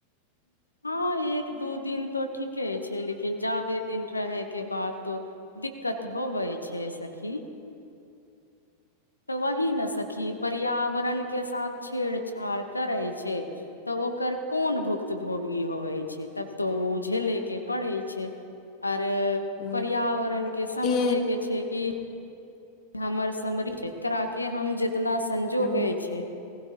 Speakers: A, on the left; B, on the left.
A: हँ एक दू दिन तऽ ठीके छै लेकिन जादे दिन रहैके बाद तो दिक्कत होबै छै सखी त वहि न सखी पर्यावरण के साथ छेड़छाड़ करे छै तऽ ओकर कोन भुक भोगी होवे छै तब तो ओ झेले के पड़ै छै आ
B: ह
A: परियावरण के समझे
B: ए
A: के छय की हमर समरी छै एकराके हम जितना संजोगे
B: ह
A: छै